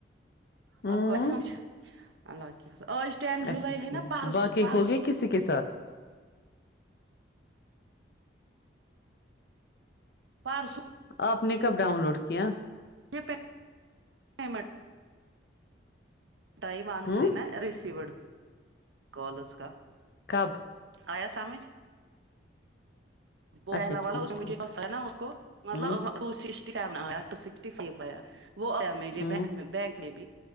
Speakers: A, on the left (about 55°); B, on the right (about 75°).
A: ہوں
B: اللہ کی آج ٹن جلائی
A: اچھا
B: ہے
A: ٹھیک
B: نا پرسو
A: باقی
B: پرسو
A: ہو گئے کسی کے ساتھ
B: پرسوں
A: آپ نے کب ڈاؤن لوڈ کیا
B: یہ <unintelligible> ٹائم آ
A: ہوں
B: سے نا ریسیوڈ کالز اسکا
A: کب
B: آیا سامج وہ پلا
A: اچھا ٹھیک
B: والا
A: ٹھیک
B: مجھ نا اس کو مطلب
A: ہوں
B: ٹو سکسٹی سیون آیا ٹو سکسٹی فائیو آیا وہ آیا مجھے
A: ہوں
B: بک بینک میں بھی